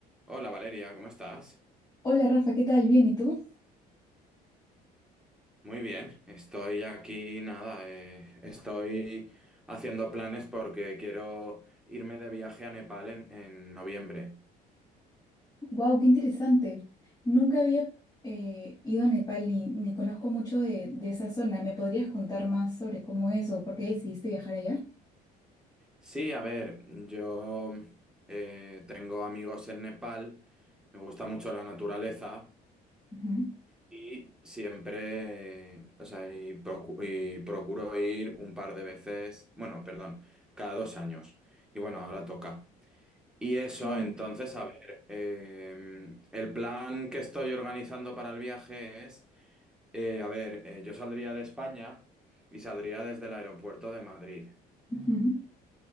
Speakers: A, in the centre; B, on the left.
A: Hola Valeria, ¿cómo estás?
B: Hola Rafa, ¿qué tal? Bien, ¿y tú?
A: Muy bien, estoy aquí, nada, eh, estoy haciendo planes porque quiero irme de viaje a Nepal en, en noviembre.
B: ¡Wow! ¡Qué interesante! Nunca había eh, ido a Nepal ni, ni conozco mucho de, de esa zona. ¿Me podrías contar más sobre cómo es o por qué decidiste viajar allá?
A: Sí, a ver, yo eh, tengo amigos en Nepal, me gusta mucho la naturaleza
B: Ujú,
A: y siempre, eh, o sea, y procu- y procuro ir un par de veces, bueno, perdón, cada dos años. Y bueno, ahora toca. Y eso,
B: Wow.
A: entonces, a ver, eh, el plan que estoy organizando para el viaje es, eh, a ver, eh, yo saldría de España y saldría desde el aeropuerto de Madrid.
B: ujú.